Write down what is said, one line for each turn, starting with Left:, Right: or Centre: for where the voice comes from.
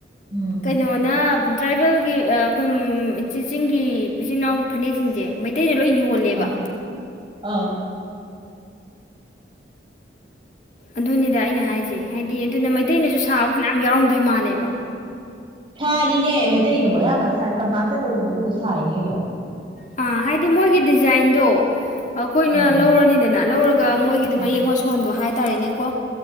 Right: ꯎꯝ
Left: ꯀꯩꯅꯣꯅ ꯇ꯭ꯔꯥꯏꯕꯦꯜꯒꯤ ꯑꯩꯈꯣꯏ ꯏꯆꯤꯆꯁꯤꯡꯒꯤꯒꯤ ꯏꯆꯤꯜ ꯏꯅꯥꯎꯒꯤ ꯐꯅꯦꯛꯁꯤꯡꯁꯦ ꯃꯩꯇꯩꯗ ꯂꯣꯏ ꯌꯣꯜꯂꯦꯕ
Right: ꯑꯥ ꯑꯥ
Left: ꯑꯗꯨꯅꯤꯗ ꯑꯩꯅ ꯍꯥꯏꯁꯦ ꯍꯥꯏꯗꯤ ꯑꯗꯨꯅ ꯃꯩꯇꯩꯅꯁꯨ ꯁꯥꯕ ꯐꯅꯌꯥꯝ ꯌꯥꯎꯔꯝꯗꯣꯏ ꯃꯥꯜꯂꯦꯕ
Right: ꯁꯥꯔꯤꯅꯦ ꯃꯩꯇꯩꯅꯕꯣ ꯑꯌꯥꯝꯕ ꯇꯝꯄꯥꯛꯇ ꯂꯩꯕ ꯃꯩꯇꯩꯗꯣ ꯁꯥꯔꯤꯅꯤ ꯀꯩꯅꯣ
Left: ꯑꯥ ꯍꯥꯏꯗꯤ ꯃꯣꯏꯒꯤ ꯗꯤꯖꯥꯏꯟꯗꯣ ꯑꯩꯈꯣꯏꯅ
Right: ꯑꯥ
Left: ꯂꯧꯔꯅꯤꯗꯅ ꯂꯧꯔꯒ ꯃꯣꯏꯒꯤꯗ
Right: ꯑꯥ
Left: ꯃꯌꯦꯛ ꯃꯁꯣꯟꯗꯣ ꯍꯥꯏ ꯍꯥꯏꯇꯥꯥꯔꯦꯅꯦ ꯀꯣ